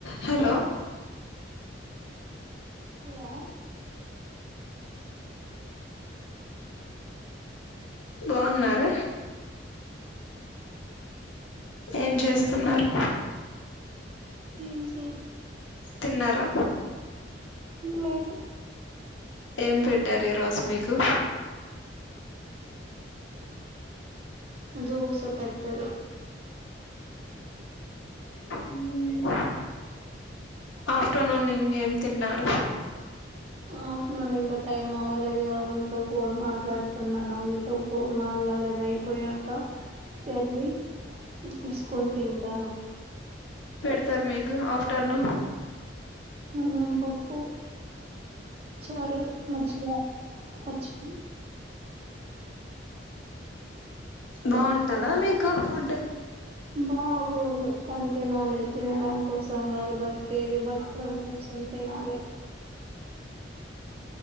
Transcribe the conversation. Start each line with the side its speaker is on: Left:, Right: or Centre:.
Left: hello
Right: hello
Left: బాగున్నారా ఏం చేస్తున్నారు
Right: ఏం చే
Left: తిన్నారా
Right: లేదు
Left: ఏం పెట్టారు ఈ రోజు మీకు
Right: దోస పెట్టరు
Left: మ్మ్ ఆఫ్టర్నూన్ ఇంకేం తిన్నారు
Right: ఆఫ్టెర్నున్ ఇంక టైం అవ్వలేదుగా మీతో ఫోన్ మాట్లాడుతున్నాను మీతో ఫోన్ మాట్లాడేది అయిపోయాక ఏందీ తీసుకొని తింటాను
Left: సర్ <unintelligible> ఆఫ్టర్నూను
Right: అన్నం, పప్పు చారు, మజ్జిగ, పచ్చడి
Left: బాగుంటదా మీకు ఫుడ్
Right: బాగోదు కానీ తినాలి తినడం కోసం బతి కేవలం బతకడం కోసం తినాలి